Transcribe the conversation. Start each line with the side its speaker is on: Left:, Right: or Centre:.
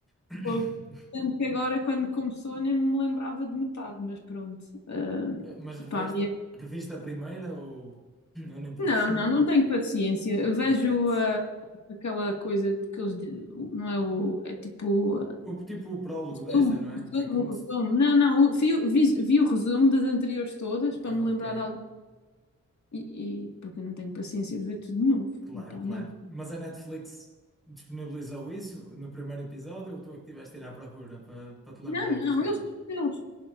Centre: <laughs>
Left: pô, tanto que agora quando começou nem me lembrava de metade, mas pronto. Eh,
Centre: Mas reveste,
Left: pá,
Centre: reviste a primeira ou, ou nem por
Left: Não,
Centre: isso?
Left: não, não tenho paciência. Eu Vejo
Centre: Exato.
Left: ah, aquela coisa de que eles. di- Não é o. É tipo. ah,
Centre: O, tipo o prólogo desta,
Left: Resumo,
Centre: não é?
Left: resumo,
Centre: É como
Left: resumo.
Centre: se...
Left: Não, não. o- Vi, o- vi, vi o resumo das anteriores todas
Centre: Ah,
Left: para me lembrar
Centre: ok.
Left: de algo. E, e- porque eu não tenho paciência de ver tudo de novo.
Centre: Claro,
Left: Pá,
Centre: claro.
Left: não.
Centre: Mas a Netflix disponibilizou isso no primeiro episódio ou tu é que estiveste a ir à procura para para te lembrar
Left: Não, não.
Centre: das coisas?
Left: Eles, eles